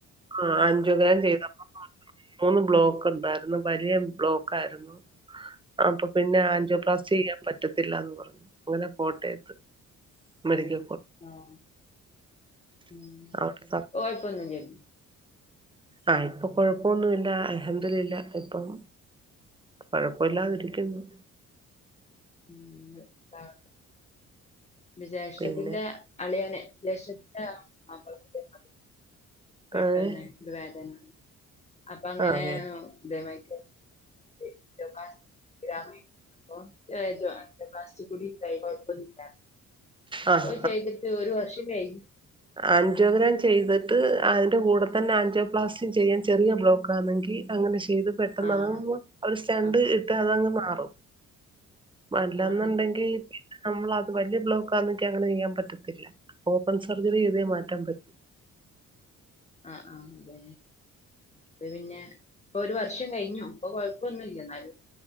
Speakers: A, on the right; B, on the left.
A: ആഹ് ആഞ്ച്യോഗ്രാം ചെയ്തു അപ്പൊ <inaudible> മൂന്ന് ബ്ലോക്ക് ഇണ്ടായിര്ന്നു വലിയ ബ്ലോക്കായിരുന്നു അപ്പൊ പിന്നെ ആഞ്ച്യോ പ്ലാസ്റ്റീയ്യാം പറ്റത്തില്ലാന്ന് പറഞ്ഞു അങ്ങനെ കോട്ടയത്ത് മെഡിക്ക
B: ആഹ് ഉം
A: അവിടെ
B: കൊഴപ്പൊന്നും ഇല്ല്യെടീ
A: ആ ഇപ്പോ കൊഴപ്പൊന്നുല്ല അൽഹംദുലില്ല ഇപ്പം കൊഴപ്പൂല്ലാതിരിക്കുന്നു
B: ഉം <unintelligible> ന്റെ ജേഷ്ഠത്തിന്റെ
A: പിന്നെ
B: അളിയന് ജേഷ്ഠത്തിന്റെ മാപ്പളക്ക് ഇതേ മാതിരി പെട്ടന്ന്
A: ഏഹ്
B: ഇത് വേദന വന്ന് അപ്പ അങ്ങനെ
A: അതെ
B: ഇതേമാരി ആഞ്ച്യോപ്ലാസ് ഗ്രാമെ <inaudible> അപ്പോ ആഞ്ചിയോപ്ലാസ്റ്റി കൂടി കയ്മെ എളുപ്പം ചിയ്യാർ
A: ആഹ്
B: ഓൽ ചെയ്തിട്ട് ഒരു വർഷം കയ്ഞ്ഞു.
A: ആഞ്ചോ ഗ്രാം ചെയ്തിട്ട് അ അതിന്റെ കൂടെ തന്നെ ആൻോപ്ലാസ്റ്റി ചെയ്യാൻ ചെറിയൊരു ബ്ലോക്കാണെങ്കി അങ്ങനെ ചെ യ്ത് പെട്ടെന്നാതാവുമ്പം
B: ആഹ്
A: അവര് സ്റ്റണ്ട്
B: ആഹ്
A: ഇട്ട് അതങ്ങ് മാറും മല്ലന്നുണ്ടങ്കി
B: ആഹ് ആഹ്
A: നമ്മളത് വെല്ല്യ ബ്ലോക്കാന്നൊക്ക്യാണ് യ്യാം പറ്റത്തില്ല ഓപ്പൺസ് സർജറി ചെയ്തേ മാറ്റം പറ്റി.
B: ആ ആ അതെ അത് പിന്നെ ഇപ്പൊ ഒരു വർഷം കഴിഞ്ഞു ഇപ്പോ കൊഴപ്പൊന്നൂല്ലെന്നാലും